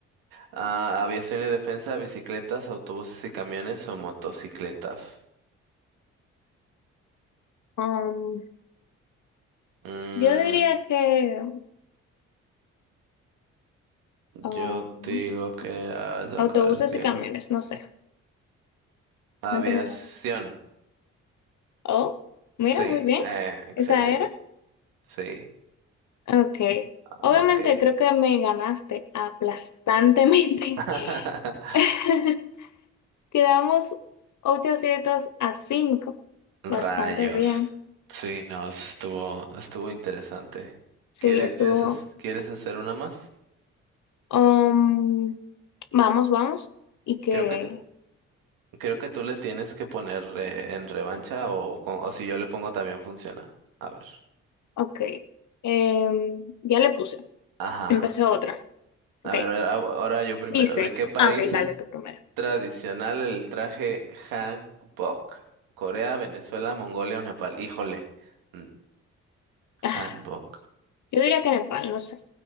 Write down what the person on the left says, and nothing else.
Um,
yo diría que um,
autobuses
y camiones, no sé.
No entendí. Oh, mira,
muy bien.
Esa era.
Ok. Obviamente
creo que me ganaste aplastantemente.
<laughs> Quedamos 8 aciertos a cinco
Bastante bien.
Sí,
estuvo.
um, vamos, vamos. Y que.
Ok. Em, ya le puse.
Empecé otra.
Ok.
Dice.
Ah, ok, dale
tú primero.
Ah,
Yo diría que Nepal, no sé.